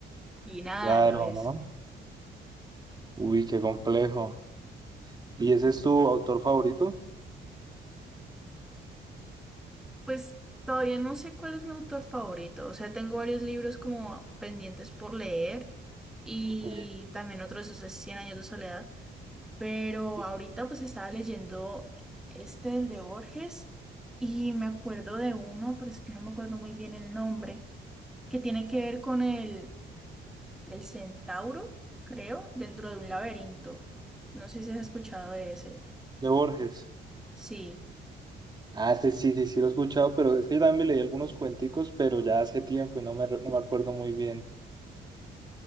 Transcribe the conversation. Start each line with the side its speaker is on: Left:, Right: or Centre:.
Centre: y nada
Right: Claro,
Centre: a la vez.
Right: ¿no? Uy, qué complejo. ¿Y ese es tu autor favorito?
Centre: Pues todavía no sé cuál es mi autor favorito. O sea, tengo varios libros como pendientes por leer y
Right: Ok,
Centre: también otro de esos Cien años de soledad. Pero
Right: sí.
Centre: ahorita pues estaba leyendo este, el de Borges, y me acuerdo de uno, pero es que no me acuerdo muy bien el nombre, que tiene que ver con el, el centauro, creo, dentro de un laberinto. No sé si has escuchado de ese.
Right: De Borges.
Centre: Sí,
Right: Ah, sí, sí, sí, sí lo he escuchado, pero es que también me leí algunos cuenticos, pero ya hace tiempo y no me, re- no me acuerdo muy bien.